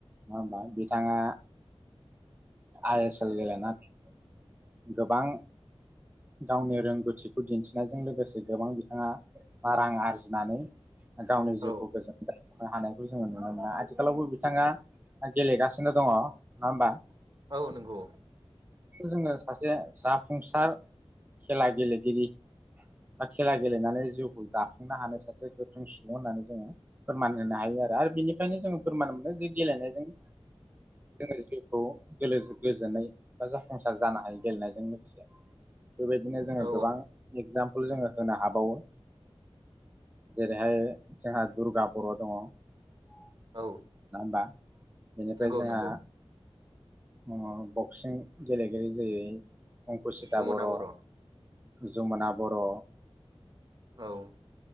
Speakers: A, on the right; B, on the right.
A: नङा होमबा बिथाङा आइ एसल गेलनानै गोबां गावनि रोंगौथिखौ दिन्थिनायजों लोगोसे गोबां बिथाङा रां आरजिनानै गावनि जिउखौ
B: औ
A: गोजोनदों। हानायखौ जोङो नुनो मोनो आथिखालावबो बिथाङा गेलेगासिनो दङ नङा होमबा?
B: औ नंगौ।
A: जोङो सासे जाफुंसार खेला गेलेगिरि बा खेला गेलेनानै जिउखौ दाफुंनो हानाय सासे गोख्रों सुबुं होननानै जोङो फोरमान होनो हायो आरो आरो बेनिफ्रायनो जोङो फोरमान मोनो जे गेलेनाय <unintelligible> औ गेलेजो गोजोनै बा जाफुंसार जानो हायो गेलेनायजों लोगोसे। बेबायदिनो जोङो
B: औ
A: गोबां एगजामपोल जोङो होनो हाबावो जेरैहाय जोंहा दुर्गा बर' दङ नङा
B: औ
A: हबा बेनिफ्राय
B: नंगौ
A: जोंहा
B: नंगौ
A: उम बक्सिं गेलेगिरि जेरै अंकुसिता
B: जमुना
A: बर'।
B: औ
A: जुमुना बर'
B: औ